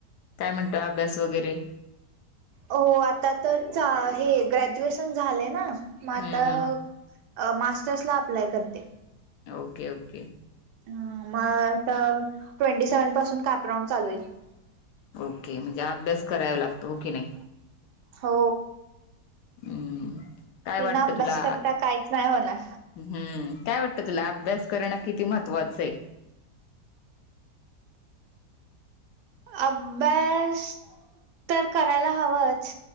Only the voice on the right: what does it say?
हो आता तर चा हे ग्रॅज्युएशन झालय ना.
मग आता
मास्टर्सला अप्लाय करते.
हं, मग तर ट्वेंटी सेव्हन पासून कापराऊंड चालू आहे.
हो
बिना
अभ्यास
करता काहीच नाही होणार.
अभ्यास तर करायला हवाच.